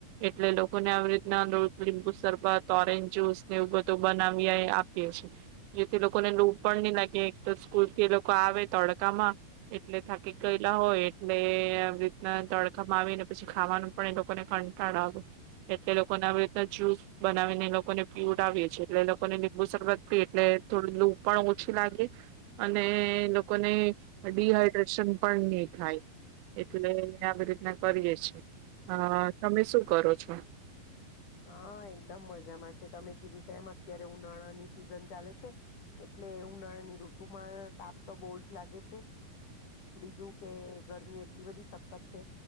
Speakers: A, on the right; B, on the left.
A: એટલે લોકોને આવી રીતના લો લીંબુ સરરબત ઓરેન્જ જૂસ ને એવ બધ બનાવી આપીએ, જેથી લોકોને લોૂભ પણ નહી લાગે એક તો સ્કૂલ થી એ લોકો આવે તડકામાં એટલે થાકી ગયેલા હોય, એટલે આવી રીતના તડકા વીને પછી ખાવાનું પણ એ લોકોને કંટાળ આવે, એટલે લોકોને આવી રીતના જ્યુસ બનાવીને એ લોકોને પીુરાવ છે, એટલે લોકોને લીંબુ શરબત પી એટલે થોડ લૂ પણ ઓછી લાગે, અને લોકોને ડીહાઈડ્રેશન પણ નહી થાય, એટલે આવી રીતના કરીએ છીએ, અ તમે શું કરો છો?
B: હા એકદમ મજામાં છે તમે કીધું તેમ અત્યારે ઉનાળાની સિઝન ચાલે છે, એટલે ઉનાળા ની ઋતુમાં તાપ તો બહુ જ લાગે છે, બીજું કે ગરમી એટલી બધી સખત છે,